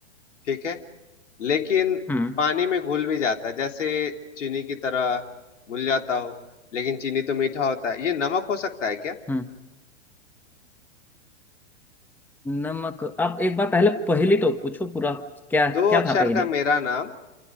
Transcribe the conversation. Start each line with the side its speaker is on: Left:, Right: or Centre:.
Left: ठीक है लेकिन
Centre: हम्म
Left: पानी में घुल भी जाता है जैसे चीनी की तरह घुल जाता हो लेकिन चीनी तो मीठा होता है ये नमक हो सकता है क्या
Centre: हम्म नमक आप एक बार पहले पहेली तो पूछो पूरा क्या
Left: दो
Centre: क्या
Left: अक्षर
Centre: था पहेली
Left: का मेरा नाम